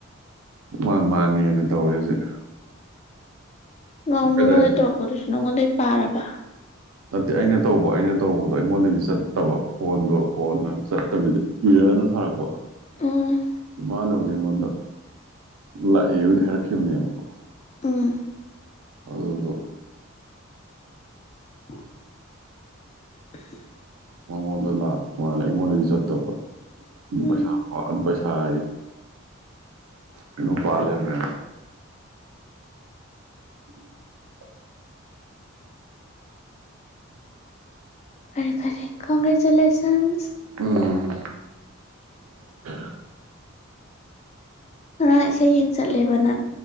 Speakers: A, on the right (about 80°); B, on the left (about 30°).
A: ꯄꯨꯡꯃꯥꯡ ꯃꯥꯡꯉꯦꯅꯥ ꯇꯧꯔꯦ ꯍꯧꯖꯤꯛ
B: ꯅꯪ
A: ꯀꯗꯥꯏ
B: ꯃꯤꯉꯣꯟꯗꯩ ꯇꯧꯔꯛꯄꯗꯨꯁꯨ ꯅꯪꯉꯣꯟꯗꯩ ꯄꯥꯔꯕ
A: ꯅꯠꯇꯦ ꯑꯩꯅ ꯇꯧꯕ ꯑꯩꯅ ꯇꯧꯕꯗꯣ ꯑꯩꯉꯣꯟꯗꯩꯗꯤ ꯆꯠꯇꯕ ꯐꯣꯟꯗꯣ ꯀꯣꯟꯅ ꯆꯠꯇꯕꯤꯗ ꯏꯔ꯭‌ꯥꯔꯅ ꯊꯥꯔꯛꯄ
B: ꯎꯝ
A: ꯃꯥꯟꯅꯕꯨꯗꯤ ꯑꯩꯉꯣꯟꯗ ꯂꯥꯛꯑꯦꯕꯨꯗꯤ ꯍꯥꯏꯔꯛꯈꯤꯕꯅꯦꯕꯀꯣ
B: ꯎꯝ
A: ꯑꯗꯨꯒꯤꯗꯣ
B: <inaudible>
A: ꯃꯉꯣꯟꯗ ꯂꯥꯛꯄ ꯃꯥꯜꯂꯦ ꯑꯩꯉꯣꯟꯗꯗꯤ ꯆꯠꯇꯕ
B: ꯎꯝ
A: ꯄꯩꯁꯥ <unintelligible> ꯄꯩꯁꯥꯑꯥꯌꯦ ꯀꯩꯅꯣ ꯄꯥꯟ ꯂꯩꯔꯝꯃꯦꯕ <inaudible>
B: ꯐꯔꯦ ꯐꯔꯦ ꯀꯪꯒ꯭ꯔꯦꯖꯨꯂꯦꯁꯟꯁ
A: ꯎꯝ <unintelligible>
B: ꯉꯔꯥꯡ ꯏꯁꯩ ꯌꯦꯡ ꯆꯠꯂꯦꯕ ꯅꯪ